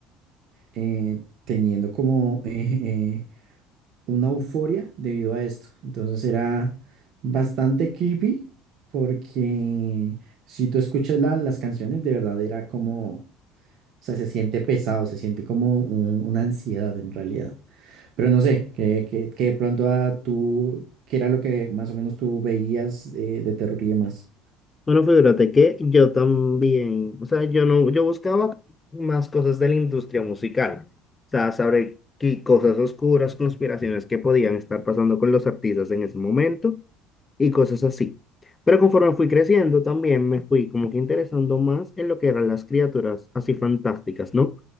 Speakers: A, on the right (about 60°); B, on the left (about 20°).
A: eh, teniendo como eh, <laughs> eh, una euforia debido a esto. Entonces era bastante creepy porque si tú escuchas la- las canciones, de verdad era como, o sea, se siente pesado, se siente como un- una ansiedad en realidad. Pero no sé, que, que, que de pronto a tú, ¿qué era lo que más o menos tú veías eh, de terror y demás?
B: Bueno, fíjate que yo también, o sea, yo no, yo buscaba más cosas de la industria musical. O sea, saber qué cosas oscuras, conspiraciones que podían estar pasando con los artistas en ese momento. y cosas así. Pero conforme fui creciendo, también me fui como que interesando más en lo que eran las criaturas así fantásticas, ¿no?